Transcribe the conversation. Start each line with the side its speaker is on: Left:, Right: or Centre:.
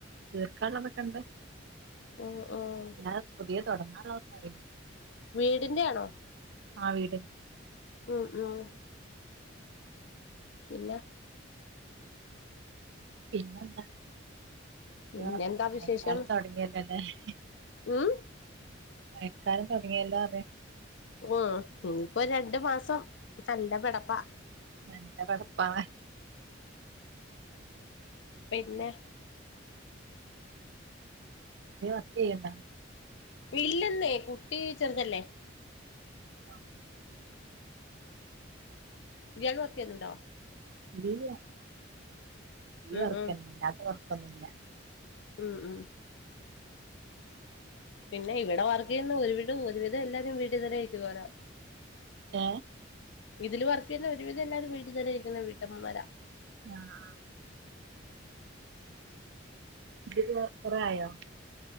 Right: തീർക്കാള്ളതൊക്കണ്ട്
Left: ഉം ഉം
Right: <unintelligible> പുതിയ തൊടങ്ങാള്ളതൊക്കെ <unintelligible>
Left: വീട്ന്റെ യാണോ
Right: ആ വീട്
Left: ഉം ഉം പിന്ന
Right: പിന്നെന്താ
Left: പിന്നെന്താ
Right: ര മഴക്കാലം
Left: വിശേഷം
Right: തൊട്ങ്ങിയല്ലല്ലോ ലെ
Left: ഉം
Right: മഴക്കാലം തൊടങ്ങിയല്ലോറിയ
Left: ഉം ഇനിയിപ്പോ രണ്ട് മാസം നല്ല പെടപ്പ
Right: നല്ല പെടപ്പാണ്
Left: പിന്നെ
Right: നീ വർക്കയ്യ് ണ്ടോ
Left: ഇല്ലെന്നേ കുട്ടി ചെർതല്ലേ
Right: ഉം. ആ,
Left: ഇയാള് വർക്കെയ്യുന്നുണ്ടോ
Right: ഇല്ല്യ ഈ
Left: ഉം
Right: വർക്കന്നേ
Left: ഉം
Right: അല്ലാത്തെ വർക്കൊന്നു ല്ല
Left: ഉം ഉം പിന്നെ ഇവിടെ വർക്ക് ചെയ്യുന്ന ഒരു വിട് ഒരുവിധം എല്ലാ വരുംവീട് തന്നെ ഇരിക്കുന്നവരാ
Right: ഏ
Left: ഇതില് വർക്കിയ്യുന്ന ഒരു വിധം എല്ലാരും വീട്ടിത്തന്നെ ഇരിക്കുന്ന വീട്ടമ്മമാര
Right: ആഹ് ഇതില് കൊറേ ആയോ